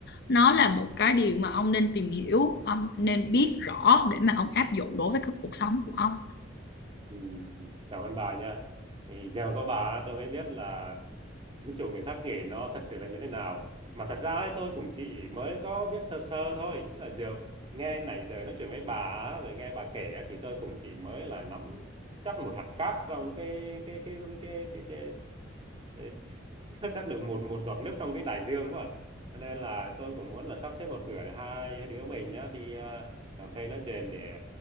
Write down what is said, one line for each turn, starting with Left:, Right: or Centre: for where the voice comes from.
Left: nó là một cái điều mà ông nên tìm hiểu ông nên biết rõ để mà ông áp dụng đối với cái cuộc sống của ông
Right: ừ, ừ. cảm ơn bà nha thì giờ có bà tôi mới biết là cái chỗ người khác kể nó thật sự là như thế nào mà thật ra ấy, tôi cũng chỉ mới có biết sơ sơ thôi nghĩa là Diệu nghe nãy giờ nói chuyện với bà á, rồi nghe bà kể á, thì tôi cũng chỉ mới là nắm chắc một hạt cát trong cái cái cái cái cái, cái, cái Ê, <laughs> chắc được một một giọt nước trong cái đại dương quá à. Cho nên là tôi cũng muốn là sắp xếp một bữa để hai, hai đứa mình nhá đi ờ, cà phê nói chuyện để